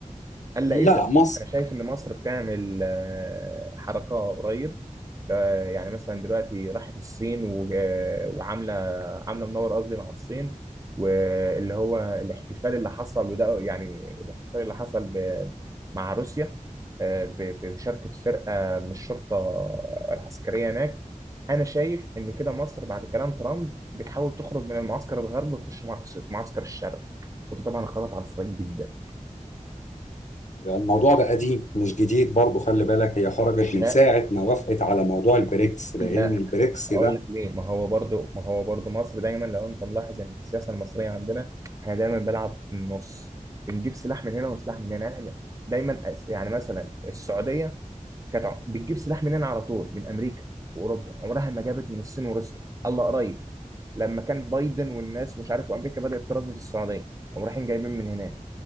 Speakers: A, on the right; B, on the left.
A: الا
B: لا
A: اذا
B: مصر
A: انا شايف ان مصر بتعمل آه، حركه قريب آه، يعني مثلا دلوقتي راحت الصين و- آه، وعامله عامله منور قصدي مع الصين واللي هو الاحتفال اللي حصل وده يعني الاحتفال اللي حصل ب- مع روسيا آه، ب- بمشاركه فرقه من الشرطه العسكريه هناك انا شايف ان كده مصر بعد كلام ترامب بتحاول تخرج من المعسكر الغربي وتخش معسكر معسكر الشرق وده طبعا خبط على الصعيد جدا
B: الموضوع ده قديم مش جديد برضو خلي بالك هي خرجت
A: لا
B: من ساعة ما وافقت على موضوع البريكس لأن
A: لا
B: البريكس
A: اقول
B: ده
A: لك ليه ما هو برضو ما هو برضو مصر دايما لو انت ملاحظ يعني في السياسه المصريه عندنا احنا دايما بنلعب في النص بنجيب سلاح من هنا وسلاح من هنا يعني إحنا دايما أس- يعني مثلا السعوديه كانت ع- بتجيب سلاح منين على طول من امريكا واوروبا عمرها ما جابت من الصين وروسيا الله قريب لما كان بايدن والناس مش عارف وامريكا بدات ترازي في السعوديه قاموا رايحين جايبين من هناك